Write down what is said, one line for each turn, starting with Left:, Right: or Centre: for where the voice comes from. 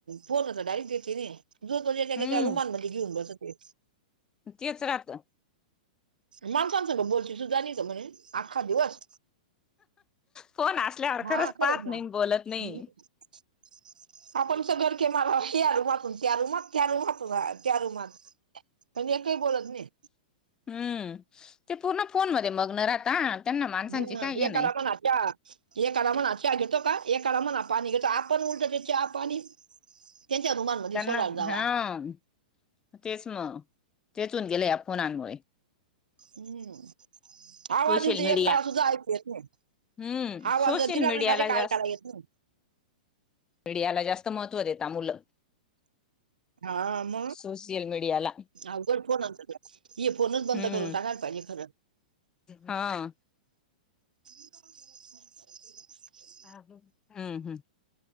Right: फोनवर तर डयरेटेतथे ना जो ज एका
Left: हम्म
Right: एका रुमानमध्ये घीऊन बसते
Left: तेच राहत
Right: माणसांसं म बोलती तू जाणी का म्हणेून आ्खा दिवस
Left: फोन असल्यावर
Right: हा
Left: खरंच पाहत नाही
Right: ना.
Left: बोलत नाही
Right: <inaudible> आपणच घरके मलाश या रूमातून त्या रूमात त्या रूमातून त्या रूमात पण एकही बोलत नाही.
Left: हम्म ते पूर्ण फोन मध्ये मग्न राहता. त्यांना माणसांची
Right: ह
Left: काय हे
Right: एकाला
Left: नाही
Right: पण त्या ए आरा म्हणा चहा घेतो का ए आरा म्हणा पाणी घेतो आपण उलटो ते चहा पाणी त्यांच्या हुमानमध्ये
Left: त्यांना
Right: सलाार जावा.
Left: हा. तेच मग तेचून गेले या फोनांमुळे.
Right: हम्म. आवाजऊ
Left: सोशल मीडिया
Right: एक काळा सुद्धा ऐक येत नाही
Left: हम्म
Right: आवाज
Left: सोशल
Right: जर दिला
Left: मीडियाला
Right: ना झाले का
Left: जास्त
Right: ऐकायला येत नाही.
Left: मीडियाला जास्त महत्त्व देता मुलं
Right: हा आम
Left: सोशल मीडियाला
Right: अघड फोन आणत फोनच बंद
Left: हम्म
Right: करून टाकायला पाहिजे खरं
Left: हा.
Right: <inaudible>
Left: हम्म हम्म.